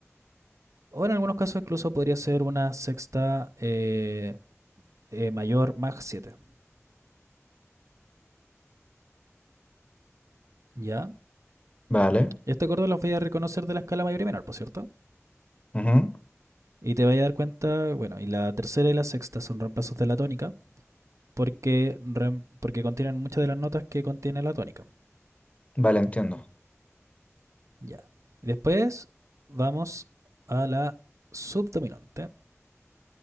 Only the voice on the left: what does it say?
Vale.
Ujú,
Vale, entiendo.